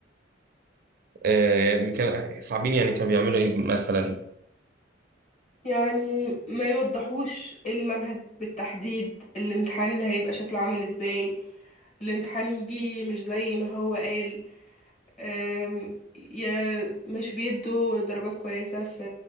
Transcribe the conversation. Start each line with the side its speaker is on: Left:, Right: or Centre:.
Right: آه، يعني كان صعبين يعني كانوا بيعملوا ايه مثلا
Left: يعني ما يوضحوش المنهج بالتحديد الامتحان هيبقى شكله عامل ازاي الامتحان يجي مش زي ما هو قال أم، يا مش بيدوا درجات كويسة في